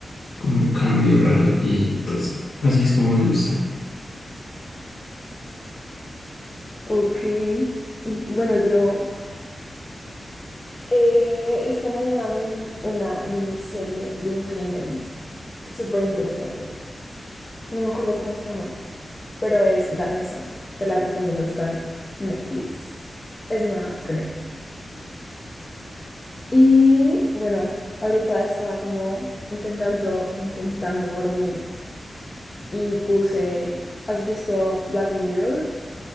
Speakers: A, on the left (about 80°); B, on the left (about 25°).
A: como un cambio raro y pues así es como me gusta.
B: Ok. Y, Bueno, yo eh, esta mañana me vi una miniserie de un crimen súper interesante. No me acuerdo cómo se llama, pero es danesa. Te la recomiendo, está en Netflix. Es nueva, creo. Y bueno, ahorita estaba como intentando, intentando dormir y puse, ¿has visto Black Mirror?